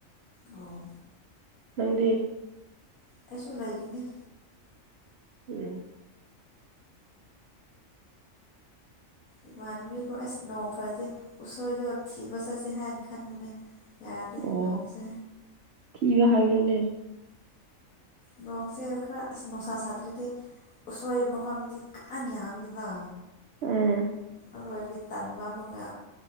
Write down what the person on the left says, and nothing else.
ꯑꯣ
ꯑꯩꯁꯨ ꯂꯩꯒꯅꯤ
ꯏꯃꯥꯟꯅꯕꯤꯈꯣꯏ ꯑꯁ ꯅꯣꯡ ꯐꯔꯗꯤ ꯎꯁꯣꯏꯗꯣ ꯊꯤꯕ ꯆꯠꯁꯦ ꯍꯥꯏꯅ ꯈꯟꯕꯅꯦ ꯌꯥꯗꯦ
ꯅꯣꯡꯁꯦ
ꯅꯣꯡꯁꯦ ꯈꯔ ꯑꯁ ꯅꯨꯡꯁꯥ ꯁꯥꯇ꯭ꯔꯗꯤ ꯎꯁꯣꯏ ꯃꯐꯝꯗꯤ ꯀꯥꯡ ꯌꯥꯝꯕꯅꯤꯕ
ꯑꯗꯨꯒ ꯑꯩꯕꯒꯤ ꯇꯟꯕ ꯑꯃꯒ